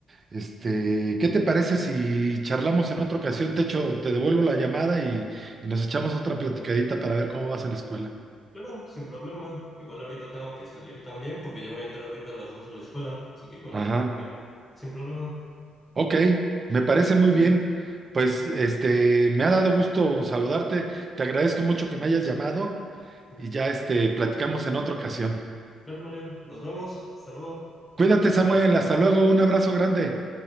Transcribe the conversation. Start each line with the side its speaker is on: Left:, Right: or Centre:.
Right: Este, ¿qué te parece si charlamos en otra ocasión? Te echo, te devuelvo la llamada y, y nos echamos otra platicadita para ver cómo vas en la escuela.
Left: Claro, sin problema. Igual ahorita tengo que salir también porque yo voy a entrar ahorita a las dos a la escuela, así que igual
Right: Ajá.
Left: me conviene. Sin problema.
Right: Ok, me parece muy
Left: Bueno,
Right: bien. Pues este, me ha dado gusto saludarte. Te agradezco mucho que me hayas llamado
Left: mm.
Right: y ya este, platicamos en otra ocasión.
Left: Claro, Mario. Nos vemos. Hasta luego.
Right: Cuídate, Samuel. Hasta luego. Un abrazo grande.